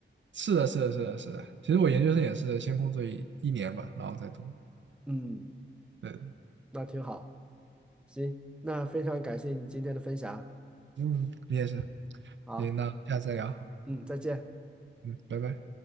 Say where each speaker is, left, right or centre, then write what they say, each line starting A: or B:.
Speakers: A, on the right; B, in the centre.
A: 是的，是的，是的，是的。其实我研究生也是先工作一一年吧，然后再读。
B: 嗯，
A: 对，
B: 那挺好。行，那非常感谢你今天的分享。
A: 嗯，你也是。
B: 好，
A: 行，那下次再聊。
B: 嗯，再见。
A: 嗯，拜拜。